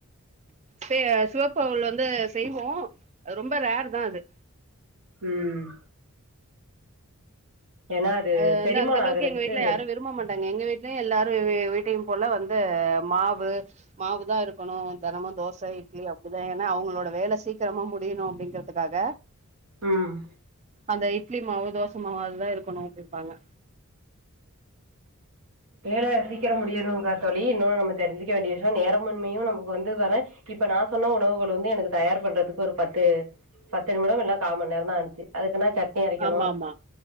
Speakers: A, on the right; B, on the right.
A: செ சிவப்பு அவுலு வந்து செய்வோ ரொம்ப ரேர்தா அது
B: ம் ஏன்னா
A: அது வந்து
B: செரிமான
A: அந்தளவுக்கு
B: ஆகுறதுக்கு
A: எங்க வீட்ல யாரு விரும்பமாட்டாங்க எங்க வீட் இல்ல எல்லாரு வீ வீட்டையு போல வந்து மாவு மாவுதா இருக்கணு தெனமு தோச இட்லி அப்டிதா ஏனா அவங்களோட வேல சீக்கிரமா முடியணு அப்டிங்கறதுக்காக
B: ம்
A: அந்த இட்லி மாவு தோச மாவு அதுதா இருக்கணு அப்டிம்பாங்க
B: வேல சீக்கிரோ முடியணு <unintelligible> தோழி இன்னு நம்ம தெரிஞ்சிக்க வேண்டிய விஷியோ நேர மின்மையு நமக்கு வந்து <unintelligible> இப்ப நா சொன்ன உணவுகள் வந்து எனக்கு தயார் பண்றதுக்கு ஒரு பத்து பத்து நிமிடம் இல்ல காமண் நேரந்தா ஆனுச்சு அதுக்குனா சட் னி அரைக்கணு
A: ஆமா ஆமா